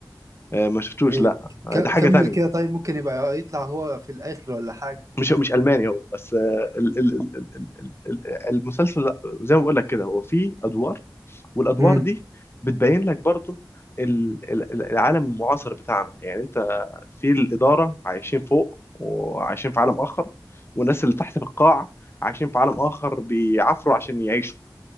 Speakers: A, on the left; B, on the right.
A: آه، ما شفتوش
B: إيه،
A: لا آه،
B: ك-
A: ده حاجة
B: كمل
A: تانية
B: كده طيب ممكن يبقى يطلع هو في الآخر ولا حاجة
A: مش مش ألماني هو بس آه، ال- ال- ال- ال- ال- ال- المسلسل لا زي ما بقول لك كده هو فيه ادوار والادوار
B: امم
A: دي بتبين لك برضو ال- ال- العالم المعاصر بتاعنا يعني انت في الاداره عايشين فوق وعايشين في عالم اخر والناس اللي تحت في القاع عايشين في عالم اخر بيعافروا عشان يعيشوا